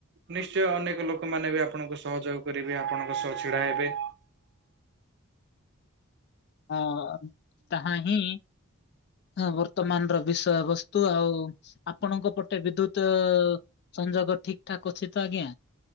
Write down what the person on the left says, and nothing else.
ହଁ ତାହା ହିଁ ହଁ ବର୍ତ୍ତମାନର ବିଷୟ ବସ୍ତୁ ଆଉ ଆପଣଙ୍କ ପଟେ ବିଦ୍ୟୁତ। ସଂଯୋଗ ଠିକ ଠାକ୍ ଅଛି ତ ଆଜ୍ଞା।